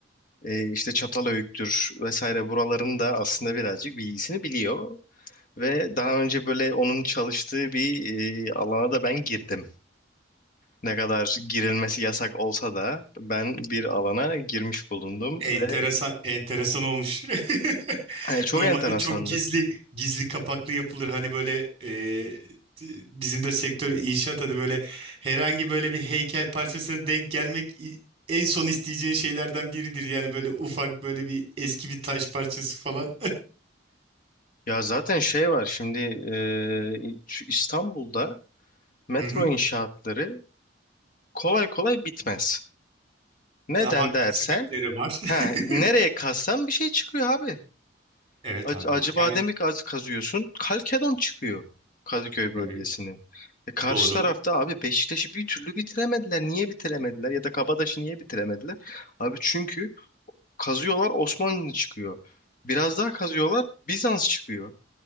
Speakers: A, on the left (about 45°); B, on the right (about 30°).
A: e, işte Çatalhöyük'tür vesaire buraların da aslında birazcık bilgisini biliyor ve daha önce böyle onun çalıştığı bir e, alana da ben girdim. Ne kadar girilmesi yasak olsa da ben bir alana girmiş bulundum
B: Enteresan,
A: ve
B: enteresan olmuş. <laughs>
A: e, çok
B: Normalde
A: enteresandı.
B: çok gizli, gizli kapaklı yapılır. Hani böyle e, bizim de sektör inşaat hani böyle herhangi böyle bir heykel parçasına denk gelmek i- en son isteyeceğin şeylerden biridir. Yani böyle ufak böyle bir eski bir taş parçası falan. <laughs>
A: Ya zaten şey var şimdi e, şu İstanbul'da metro
B: Hı hı.
A: inşaatları kolay kolay bitmez. Neden
B: E, haklı
A: dersen
B: sebepleri var.
A: ha, nereye
B: <laughs>
A: kazsan bir şey çıkıyor abi.
B: Evet
A: Ac
B: abi.
A: Acıbadem'i
B: Yani
A: kaz kazıyorsun Kalkedon çıkıyor Kadıköy bölgesini.
B: evet.
A: E, karşı
B: Doğru.
A: tarafta abi Beşiktaş'ı bir türlü bitiremediler. Niye bitiremediler ya da Kabataş'ı niye bitiremediler? Abi çünkü kazıyorlar Osmanlı çıkıyor. Biraz daha kazıyorlar Bizans çıkıyor.